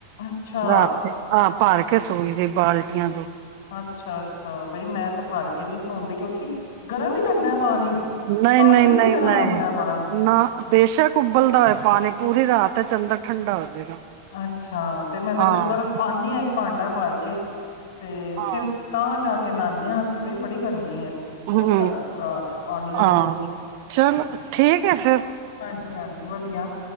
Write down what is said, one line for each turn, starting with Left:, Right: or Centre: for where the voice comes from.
Left: ਅੱਛਾ
Right: ਰਾਤੀ ਆ। ਭਰ ਕੇ ਸੋਈ ਦੀ ਬਾਲਟੀਆਂ ਦੋ।
Left: ਅੱਛਾ-ਅੱਛਾ, ਬਈ ਮੈਂ ਤੇ ਭਰ ਕੇ ਨਹੀਂ ਸੋਂਦੀ ਕਿਉਂਕਿ ਗਰਮ ਈ ਲੱਗਦਾ ਏ ਪਾਣੀ।
Right: ਨਹੀਂ-ਨਹੀਂ-ਨਹੀਂ-ਨਹੀਂ,
Left: ਪਾਣੀ ਹੀ ਗਰਮ ਹੁੰਦਾ ਬੜਾ
Right: ਨਾ ਬੇਸ਼ਕ ਉਬਲਦਾ ਹੋਆ ਪਾਣੀ ਪੂਰੀ ਰਾਤ ਚਲਦਾ ਠੰਡਾ। ਜਾਏਗਾ
Left: ਅੱਛਾ, ਤੇ ਮੈਂ ਤੇ
Right: ਹਾਂ
Left: ਫੇਰ ਬਰਫ਼ ਪਾਨੀ ਹਾਂ ਭਾਂਡਾ ਭਾਰ ਕੇ। ਤੇ
Right: ਹਾਂ
Left: ਫਿਰ ਤਾਂ ਜਾ ਕੇ ਨਾਨੇ ਹਾਂ ਅਸੀਂ ਬਈ। ਬੜੀ ਗਰਮੀ ਹੈ। ਬਹੁਤ
Right: ਹਮ
Left: ਜ਼ਿਆਦਾ ਬੁਰਾ ਹਾਲ ਹੈ ਪਾਣੀ ਦਾ
Right: ਆਂ,
Left: ਤੇ
Right: ਚਲੋ ਠੀਕ ਹੈ ਫਿਰ।
Left: ਹਾਂਜੀ ਹਾਂਜੀ ਵਧੀਆ।